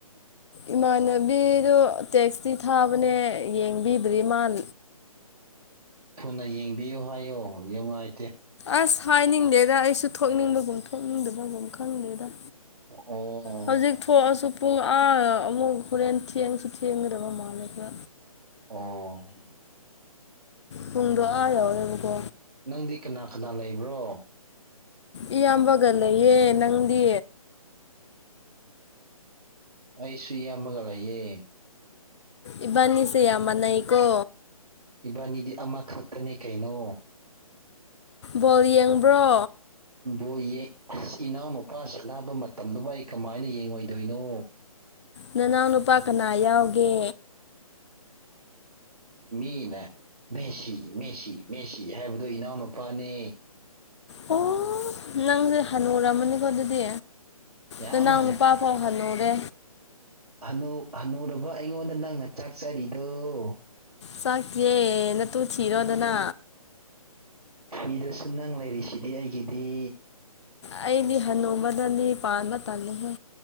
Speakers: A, on the left; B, on the right.
A: ꯏꯃꯥꯟꯅꯕꯤꯗꯣ ꯇꯦꯛꯇꯤ ꯊꯥꯕꯅꯦ ꯌꯦꯡꯕꯤꯗ꯭ꯔꯤ ꯃꯥꯟ
B: ꯊꯨꯅ ꯌꯦꯡꯕꯤꯌꯨ ꯍꯥꯏꯌꯣ ꯌꯨꯉꯥꯏ
A: ꯑꯁ ꯍꯥꯏꯅꯤꯡꯗꯦꯗ ꯑꯩꯁꯨ ꯊꯣꯛꯅꯤꯡꯕꯒꯨꯝ ꯊꯣꯛꯅꯤꯡꯗꯕꯒꯨꯝ ꯈꯪꯗꯦꯗ
B: ꯑꯣ ꯑꯣ
A: ꯍꯧꯖꯤꯛ ꯊꯣꯛꯑꯁꯨ ꯄꯨꯡ ꯑꯥ ꯑꯃꯨꯛ ꯍꯣꯔꯦꯟ ꯊꯦꯡꯁꯨ ꯊꯦꯡꯒꯗꯕ ꯃꯥꯜꯂꯦꯗ
B: ꯑꯣ
A: ꯄꯨꯡꯗꯣ ꯑꯥ ꯌꯧꯔꯦꯕꯀꯣ
B: ꯅꯪꯗꯤ ꯀꯅꯥ ꯀꯅꯥ ꯂꯩꯕ꯭ꯔꯣ
A: ꯏꯌꯥꯝꯕꯒ ꯂꯩꯌꯦ ꯅꯪꯗꯤ
B: ꯑꯩꯁꯨꯨ ꯏꯌꯥꯝꯕꯒ ꯂꯩꯌꯦ
A: ꯏꯕꯥꯟꯅꯤꯁꯦ ꯌꯥꯝ ꯃꯥꯟꯅꯩꯀꯣ
B: ꯏꯕꯥꯟꯅꯤꯗꯤ ꯑꯃꯈꯛꯇꯅꯦ ꯀꯩꯅꯣ
A: ꯕꯣꯜ ꯌꯦꯡꯕ꯭ꯔꯣ
B: ꯕꯣ ꯌꯦ ꯑꯁ ꯏꯅꯥꯎꯅꯨꯄꯥ ꯁꯥꯟꯅꯕ ꯃꯇꯝꯗꯨꯕꯨ ꯑꯩ ꯀꯃꯥꯏꯅ ꯌꯦꯡꯉꯣꯏꯗꯣꯏꯅꯣ
A: ꯅꯅꯥꯎꯅꯨꯄꯥ ꯀꯅꯥ ꯌꯥꯎꯒꯦ
B: ꯃꯤꯅ ꯃꯦꯁꯤ ꯃꯦꯁꯤ ꯃꯦꯁꯤ ꯍꯥꯏꯕꯗꯣ ꯏꯅꯥꯎꯅꯨꯄꯥꯅꯦ
A: ꯑꯣ ꯅꯪꯖꯦ ꯍꯅꯨꯔꯝꯃꯅꯤꯀꯣ ꯑꯗꯨꯗꯤ
B: ꯌꯥꯝ
A: ꯅꯅꯥꯎꯅꯨꯄꯥ ꯐꯥꯎ ꯍꯟꯅꯨꯔꯦ
B: ꯍꯅꯨꯨ ꯍꯅꯨꯔꯕ ꯑꯩꯉꯣꯟꯗ ꯅꯪꯅ ꯆꯥꯛꯆꯔꯤꯗꯣ
A: ꯆꯥꯛꯇꯤꯌꯦ ꯅꯇꯨ ꯊꯤꯔꯣꯗꯅ
B: ꯊꯤꯗ꯭ꯔꯁꯨꯨ ꯅꯪ ꯂꯩꯔꯤꯁꯤꯗꯤ ꯑꯩꯒꯤꯗꯤ
A: ꯑꯩꯗꯤ ꯍꯅꯨꯕꯗꯗꯤ ꯄꯥꯟꯕ ꯇꯜꯂꯤꯍꯦ